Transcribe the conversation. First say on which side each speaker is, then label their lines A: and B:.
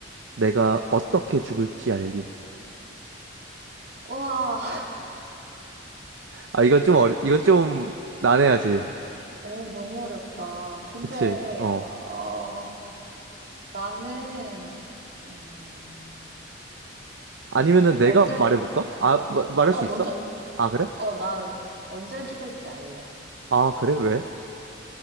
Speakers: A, on the right; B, on the right.
A: 내가 어떻게 죽을지 알기.
B: 와,
A: 아 이건 좀 어려, 이건 좀 난해하지.
B: 오 너무 어렵다. 근데
A: 그치? 어.
B: 어 나는 음
A: 아니면은 내가
B: 언제
A: 말해볼까?
B: 어어
A: 아
B: 어, 어.
A: 마- 말할
B: 어,
A: 수
B: 먼저
A: 있어? 아 그래?
B: 어, 나 언제 죽을지 알래.
A: 아 그래? 왜?